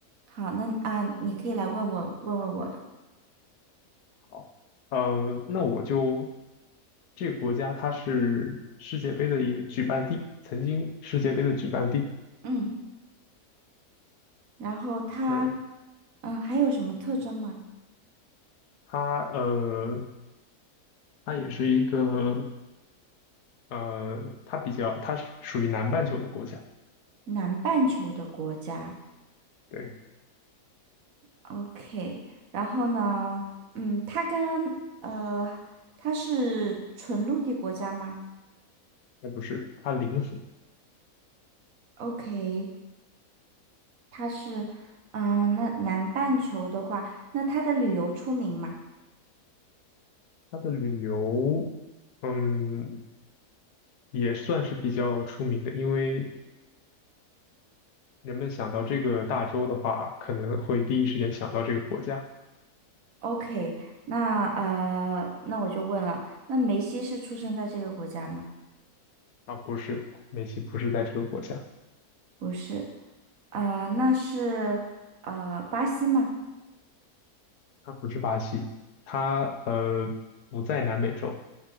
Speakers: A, on the right (about 60°); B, on the left (about 90°).
A: 好，那啊，你可以来问我，问问我，
B: 好，嗯、那我就这个国家它是世界杯的一个举办地，曾经世界杯的举办地。
A: 嗯，然后它，
B: 那
A: 嗯，还有什么特征吗？
B: 它呃，它也是一个呃，它比较，它是属于南半球的国家，
A: 南半球的国家。
B: 对，
A: OK，然后呢，嗯，它跟呃，它是纯陆地国家吗
B: 那不是，它邻国，
A: ？OK，它是，嗯、那南半球的话，那它的旅游出名嘛
B: 它的旅游，嗯，也算是比较出名的，因为人们想到这个大洲的话，可能会第一时间想到这个国家，
A: ？OK，那呃，那我就问了，那梅西是出生在这个国家吗？
B: 啊，不是，美西不是在这个国家，
A: 不是，呃，那是呃巴西吗？
B: 它不是巴西，它呃不在南美洲，